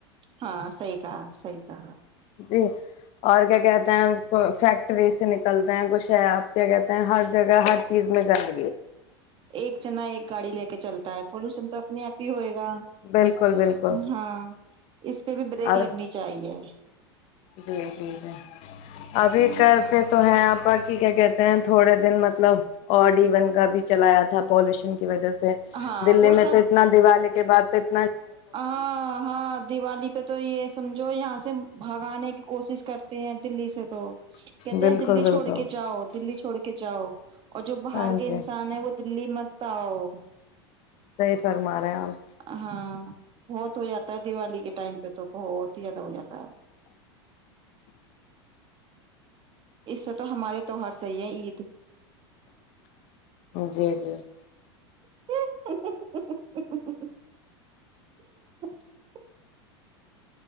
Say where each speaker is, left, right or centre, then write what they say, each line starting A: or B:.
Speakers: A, on the right; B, on the left.
A: ہاں سح کہا سی کہا
B: جی اور کیا کہتے ہیں فیکٹری سے نکلتے ہیں کچھ ہے آپ کیا کہتے ہیں ہر جگہ ہر چیز میں جد
A: ایک جنا ایک گاڑی لے کے چلتا ہے پدوشن تو اپنے آپ ہی ہوئے گا
B: بالکل بالکل
A: ہاں اس پہ بھی بریک
B: اور
A: لگنی چاہیے
B: جی جی جی ابھی
A: ہ
B: کرتے تو ہیں آپ کیا کہتے ہیں تھوڑے دن مطلب اورڈ ای وون کا بھی چلایا تھا پولوشن کی وجہ سے
A: ہاں
B: دلی
A: وہ
B: میں
A: سب
B: تو اتنا دیوالی کے بد تک
A: ہاں ہاں دیوالی پہ تو یہ سمجھو یہاں سے بھگانے کی کوشش کرتے ہیں دلی سے تو کہتے
B: بالکل
A: ہیں دللی
B: بالکل
A: چھوڑ کے جاؤ دللی چھوڑ کے <inaudible> جاؤ اور جو باہر
B: ہاں
A: کے
B: جی
A: انسان ہے وہ دلی مت توؤ
B: صحی فرما رہے ہیں آپ
A: ہاں بہت ہو جاتا ہے دیوالی کے ٹائم پہ تو بہت ہی زیادہ ہو جاتا ہے اس سے تو ہمارے تیوہار صحیح ہے عید
B: جی جی <inaudible>
A: <inaudible>